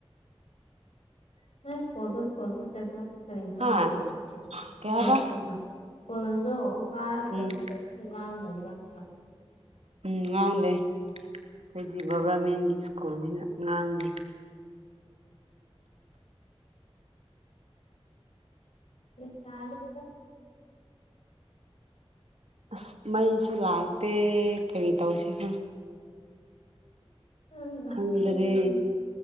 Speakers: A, on the left; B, on the right.
A: <unintelligible> <unintelligible>
B: ꯍꯥ ꯀꯩ ꯍꯥꯏꯕ
A: ꯉꯥꯡꯗꯕ꯭ꯔꯥ ꯍꯥꯏꯕ
B: ꯎꯝ ꯎꯝ ꯉꯥꯡꯗꯦ ꯈꯣꯏꯗꯤ ꯒꯣꯚꯔꯃꯦꯟꯒꯤ ꯁ꯭ꯀꯨꯜꯅꯤꯅ ꯉꯥꯡꯗꯦ
A: <unintelligible>
B: ꯑꯁ ꯃꯩꯁꯨ ꯂꯥꯛꯇꯦ ꯀꯔꯤ ꯇꯧꯁꯤꯒꯦ
A: ꯅꯣꯏꯒꯥꯡꯁꯦ
B: ꯈꯪꯗ꯭ꯔꯦ
A: ꯎꯝ